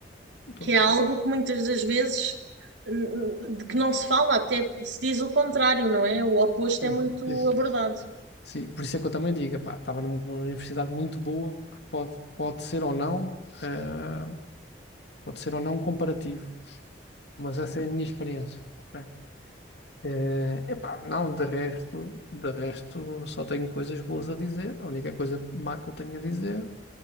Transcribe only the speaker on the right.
Que é algo que muitas das vezes n- n- de que não se fala, até se diz o contrário, não é? O oposto
é muito
abordado.